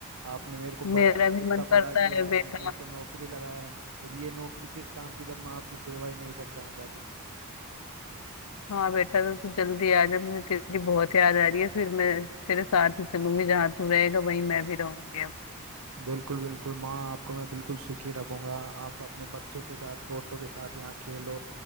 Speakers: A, on the right; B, on the left.
A: आपने मेरे को बड़ा
B: मेरा भी
A: इतना
B: मन करता
A: बड़ा किया
B: है बेटा
A: है मेरे को नौकरी लगाया है और ये नौकरी किस काम की जब मैं आपकी सेवा ही नहीं कर पाऊंगा तो।
B: हाँ बेटा तो तू जल्दी आ जा मुझे तेरी बहुत याद आ रही है फिर मैं तेरे साथ ही चलूंगी जहाँ तू रहेगा वहीं मैं भी रहूंगी अब
A: बिल्कुल बिल्कुल माँ आपको मैं बिल्कुल सुखी रखूंगा आप अपने बच्चों के साथ पोतों के साथ यहाँ खेलो